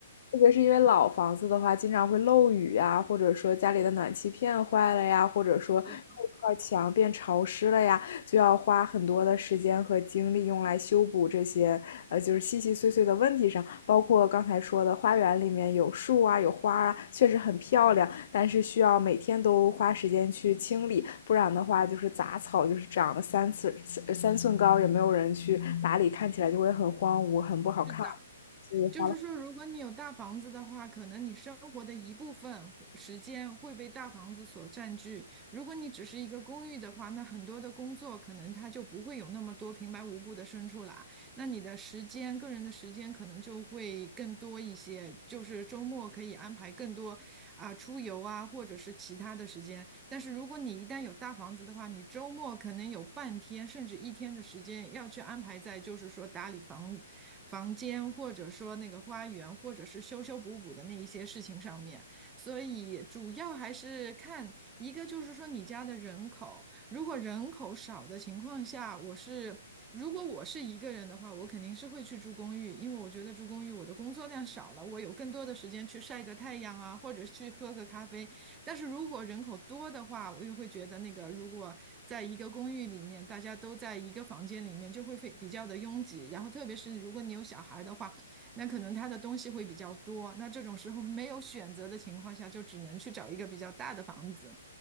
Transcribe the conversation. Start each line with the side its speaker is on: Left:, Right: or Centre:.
Left: 特别是因为老房子的话，经常会漏雨啊，或者说家里的暖气片坏了呀，或者说后块墙变潮湿了呀，
Right: 是
Left: 就要花很多的时间和精力用来修补这些呃，就是细细碎碎的问题上。包括刚才说的花园里面有树啊，有花啊，确实很漂亮，但是需要每天都花时间去清理，不然的话就是杂草就是长了三寸三寸高，也没有人去打理，看起来就会很荒芜，很不好看。
Right: 是的，
Left: 所以花了。
Right: 就是说，如果你有大房子的话，可能你生活的一部分时间会被大房子所占据。如果你只是一个公寓的话，那很多的工作可能它就不会有那么多平白无故的生出来。那你的时间，个人的时间可能就会更多一些，就是周末可以安排更多啊、出游啊，或者是其他的时间。但是如果你一旦有大房子的话，你周末可能有半天甚至一天的时间要去安排在，就是说打理房房间，或者说那个花园，或者是修修补补的那一些事情上面。所以主要还是看一个，就是说你家的人口。如果人口少的情况下，我是如果我是一个人的话，我肯定是会去住公寓，因为我觉得住公寓我的工作量少了，我有更多的时间去晒个太阳啊，或者去喝个咖啡。但是如果人口多的话，我又会觉得那个如果在一个公寓里面，大家都在一个房间里面，就会非比较的拥挤。然后特别是如果你有小孩的话，那可能他的东西会比较多。那这种时候没有选择的情况下，就只能去找一个比较大的房子。